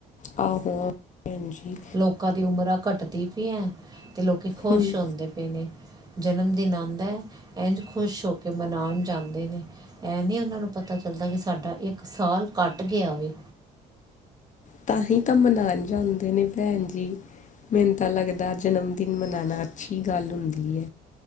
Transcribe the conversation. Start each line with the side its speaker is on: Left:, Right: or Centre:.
Left: ਆਹੋ ਭੈਣਜੀ।
Right: ਲੋਕਾ ਦੀ ਉਮਰਾਂ ਘਟਧੀ ਪਿਆ, ਤੇ ਲੋਕੀ ਖੋਸ਼
Left: ਹਮ,
Right: ਹੁੰਦੇ ਪਏ ਨੇ। ਜਨਮ ਦਿਨ ਆਂਦਾ ਏ, ਏਂਝ ਖੂਸ਼ ਹੋਕੇ ਮਨਾਨ ਜਾਂਦੇ ਨੇ। ਏ ਨਹੀਂ ਓਹਨਾ ਨੂੰ ਪਤਾ ਚਲਦਾ ਕੀ ਸਾਡਾ ਇਕ ਸਾਲ ਕਟ ਗਿਆ ਵੇ।
Left: ਤਾਂਹੀ ਤਾ ਮਨਾਨ ਜਾਂਦੇ ਨੇ ਭੈਣਜੀ। ਮੈਨੂੰ ਤੇ ਲਗਦਾ ਜਨਮਦਿਨ ਮਨਾਣਾ ਅੱਛੀ ਗੱਲ ਹੁੰਦੀ ਏ।